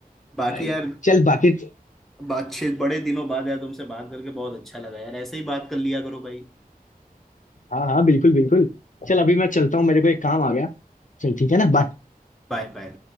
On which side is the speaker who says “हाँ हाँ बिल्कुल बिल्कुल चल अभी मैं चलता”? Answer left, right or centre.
Left